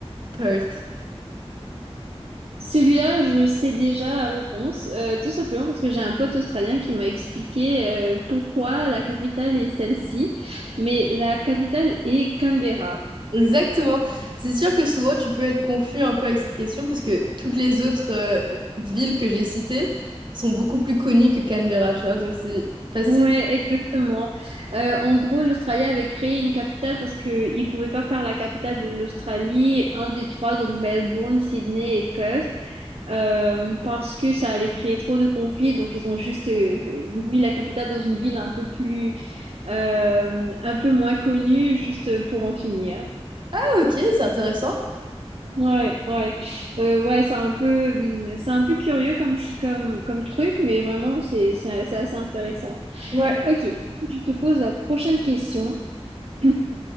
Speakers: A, on the right (about 45°); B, on the right (about 65°).
A: Perth.
B: Celui-là, je sais déjà la réponse, euh, tout simplement parce que j'ai un pote australien qui m'a expliqué euh, pourquoi la capitale est celle-ci, mais la capitale est Canberra.
A: Exactement. C'est sûr que souvent tu peux être confus un peu avec cette question parce que toutes les autres euh, villes que j'ai citées sont beaucoup plus connues que Canberra, tu vois. Donc c'est facile.
B: Ouais, exactement. Euh, en gros, l'Australie avait créé une capitale parce qu'ils ne pouvaient pas faire la capitale de l'Australie, un des trois, donc Melbourne, Sydney et Perth. euh, parce que ça allait créer trop de conflits. Donc, ils ont juste euh, mis la capitale dans une ville un peu plus, euh, un peu moins connue, juste pour en finir.
A: Ah ok, c'est intéressant.
B: Ouais, ouais, Euh, ouais, c'est un peu, hum, c'est un peu curieux comme, ch- comme, comme truc, mais vraiment, c'est, c'est, c'est assez intéressant.
A: Ouais.
B: Ok, je te pose la prochaine question. <clears throat>